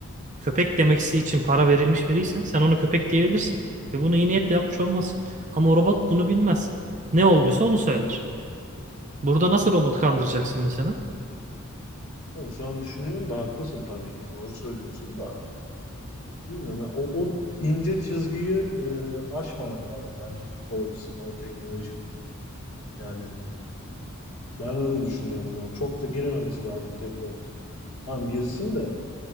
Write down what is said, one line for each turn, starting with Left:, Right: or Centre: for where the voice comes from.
Right: köpek demeksi için para verilmiş veriysen sen onu köpek diyebilirsin. Ve bunu iyi niyetle yapmış olmazsın. Ama o robot bunu bilmez. Ne olduysa onu söyler. Burada nasıl robot kandıracaksın mesela?
Left: Tabii şu an düşünüyorum da haklısın tabii ki. Doğru söylüyorsun da. Bilmiyorum ya. O, o ince çizgiyi e, aşmamak lazım bence futbol açısından o teknolojinin. Yani ben öyle düşünüyorum yani. Çok da girememesi lazım teknolojinin. Tamam girsin de